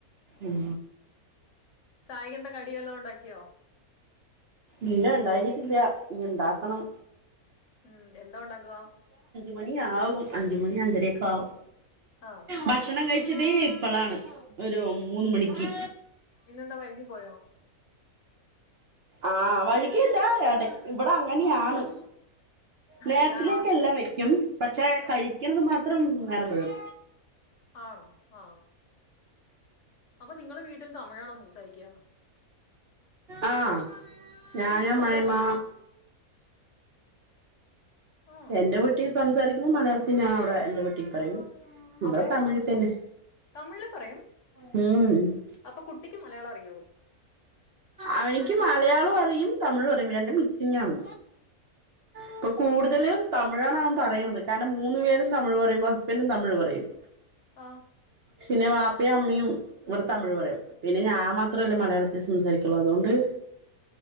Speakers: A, on the right; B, on the left.
A: ഉം
B: ചായക്കെന്താ കടിവല്ലോം ഉണ്ടാക്കിയോ
A: ഇല്ല ഇണ്ടാക്കിട്ടില്ല ഇനി ഇണ്ടാക്കണം
B: ഉം എന്താ ഉണ്ടാക്കുക
A: മണിയാവും അഞ്ചുമണി അഞ്ചര ഒക്കെ ആവും
B: ആഹ്
A: ഭക്ഷണം കഴി ചിത് ഇപ്പളാണ് ഒരു മൂന്നു മണിക്ക്
B: ഇന്നെന്താ വൈകി പോയോ
A: ആഹ് വയികിയില്ല ഇട ഇവിടെ അങ്ങനെയാണ് നേരത്തിലേക്കെ
B: എല്ലാം ആക്കി
A: എല്ലാം വെക്കും പക്ഷെ
B: ആഹ്
A: കഴിക്കുന്നത് മാ <unintelligible> നേരംമ്പഴും
B: ആണോ ആ അപ്പൊ നിങ്ങള് വീട്ടിൽ തമിഴാണോ സംസാരിക്ക്യ
A: ആ ഞാന്
B: വീട്ടിൽ
A: അമ്മായിമ്മ
B: തമിഴാ ആഹ്
A: എന്റെ വീട്ടി സംസാരിക്കുമ്പോ മലയാളത്തി അവിടെ എന്റെ വീട്ടി പറയും ഇവിടെ
B: അവിടെയോ
A: തമിഴിൽ തന്നെ
B: തമിഴില് പറയും
A: ഉം
B: അപ്പൊ കുട്ടിക്ക് മലയാളം അറിയോ
A: അവനിക്ക് മലയാളോം അറിയും തമിഴും അറിയും രണ്ടും മിക്സിങ്ങാണ് ഇപ്പൊ കൂടുതലും തമിഴാണ് അവൻ പറയുന്നത് കാരണം മൂന്നു പേരും തിമിഴ് പറയുമ്പോ ഹസ്ബന്റും തമിഴ് പറയും
B: ആഹ്
A: <inaudible> പിന്ന വാപ് <unintelligible> അമ്മയും ഇവിടെ തമിഴ് പറയും. പിന്നെ ഞാൻ മാത്രമല്ലേ മലയാളത്തിൽ സംസാരി <unintelligible> അതുകൊണ്ട്